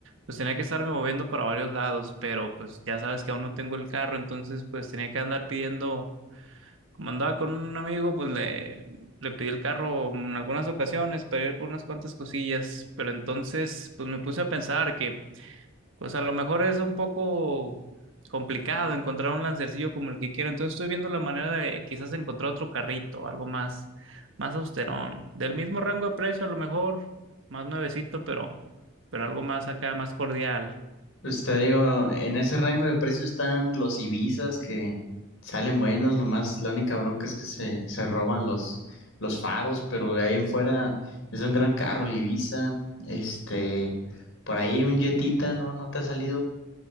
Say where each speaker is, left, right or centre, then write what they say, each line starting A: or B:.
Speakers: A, on the right; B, on the left.
A: pues tenía que estarme moviendo para varios lados, pero pues ya sabes que aún no tengo el carro, entonces pues tenía que andar pidiendo, como andaba con un amigo, pues le, le pedí el carro en algunas ocasiones para ir por unas cuantas cosillas, pero entonces pues me puse a pensar que... Pues a lo mejor es un poco complicado encontrar un lancercillo como el que quiero. Entonces estoy viendo la manera de quizás encontrar otro carrito, algo más, más austerón. Del mismo rango de precio, a lo mejor, más nuevecito, pero, pero algo más acá, más cordial.
B: Pues te digo, en ese rango de precio están los Ibizas que salen buenos, nomás la única bronca es que se, se roban los, los faros, pero de ahí en fuera es un gran carro el Ibiza. Este, por ahí un Jetita, ¿no? ¿No te ha salido?